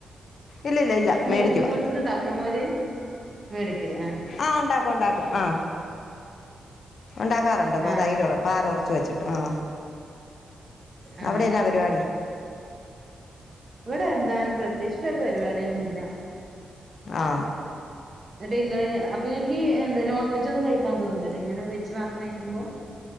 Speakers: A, on the left; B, on the right.
A: ഇല്ല ഇല്ല ഇല്ല
B: വീ
A: മേടിക്കുവാ
B: വീട്ടിലുണ്ടാക്കോ മോര് മേടിക്കല് ആഹ്
A: ആ് ഉണ്ടാക്കും ഉണ്ടാക്കും ആഹ ഉണ്ടാക്കാറുണ്ട് അപ്പ
B: ആഹ്
A: തൈര് പാലൊറച്ച് വെച്ചിട്ട് ആ
B: ആഹ
A: അവിടെ എന്നാ പരിപാടി
B: ഇവിടെ ന്താണ് പ്രതേച്ചിട്ടൊരു പരിപാടിയൊന്നുല്ല
A: ആ
B: എന്നട്ട് നിങ്ങള് അപ്പൊ നിങ്ങക്ക് എന്താ നോൺ വെജ് ഒന്നും കഴിക്കാൻ തോന്നൂല്ല ഇങ്ങനെ വെജ് മാത്രം കഴിക്കുമ്പോ <inaudible>